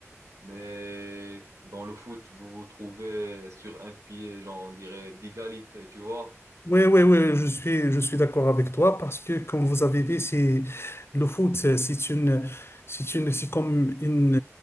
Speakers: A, on the right; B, on the left.
A: Mais dans le foot, vous vous trouvez sur un pied, genre, on dirait, d'égalité, tu vois?
B: Oui, oui, oui, je suis, je suis d'accord avec toi parce que, comme vous avez dit, c'est, le foot, c'est c'est une, c'est une, c'est comme une,